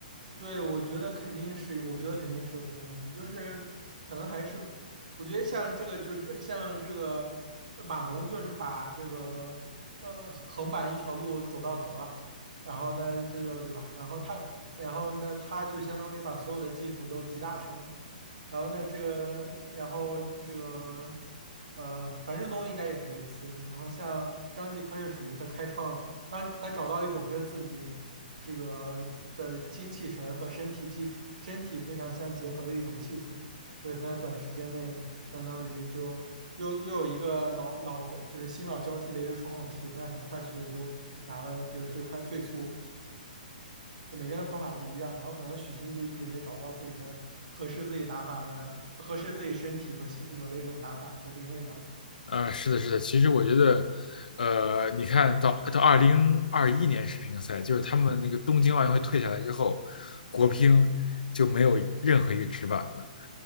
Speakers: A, on the right; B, on the left.
A: 对，我觉得肯定是，我觉得肯定是有关系，就是可能还是，我觉得像这个，就这像这个呃马龙，就是把这个呃横横版一条路走到头了，然后呢，这个对吧？然后他，然后呢，他就相当于把所有的技术都集大成了。然后那这个，然后这个，呃，樊振东应该也是类似。然后像张继科是属于他开创，当他找到一种跟自己这个的精气神儿和身体技术、身体非常相结合的一种技术，所以他在短时间内相当于就又又有一个老老就是新老交替的一个窗口期，他很快速的就拿了这个最快最速。就每个人的方法不一样，然后可能许昕就一直没找到自己的合适自己打法的、合适自己身体和性格的一种打法和定位吧。
B: 啊、是的，是的，其实我觉得，呃，你看到到二零二一年世乒赛，就是他们那个东京奥运会退下来之后，国乒就没有任何一个直板了。